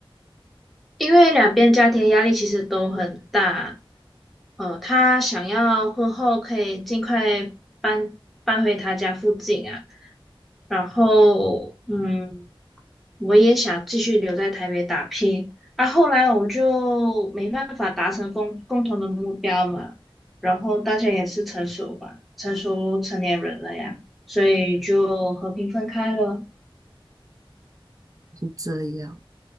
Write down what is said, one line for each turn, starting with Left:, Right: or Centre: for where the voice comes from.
Centre: 因为两边家庭的压力其实都很大，呃，他想要婚后可以尽快搬搬回他家附近啊，然后嗯，我也想继续留在台北打拼，啊，后来我们就没办法达成共共同的目标嘛，然后大家也是成熟吧，成熟成年人了呀，所以就和平分开了。
Right: 是这样。